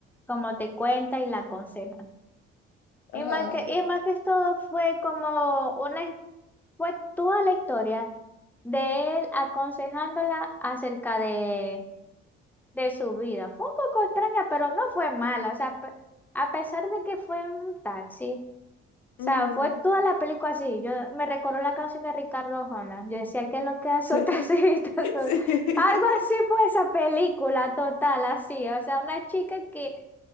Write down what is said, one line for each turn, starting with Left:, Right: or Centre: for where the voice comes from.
Centre: como te cuenta y la aconseja. Y
Left: Ajá.
Centre: más que, y más que todo fue como una, his- fue toda la historia de él aconsejándola acerca de, de su vida. Fue un poco extraña, pero no fue mala. O sea, pe- a pesar de que fue un taxi, o
Left: Ujú.
Centre: sea, fue toda la película así. Yo me recordó la canción de Ricardo Arjona. Yo decía que lo que hace
Left: <laughs>
Centre: un <laughs> taxista son-".
Left: Sí. <laughs>
Centre: Algo así fue esa película total, así. O sea, una chica que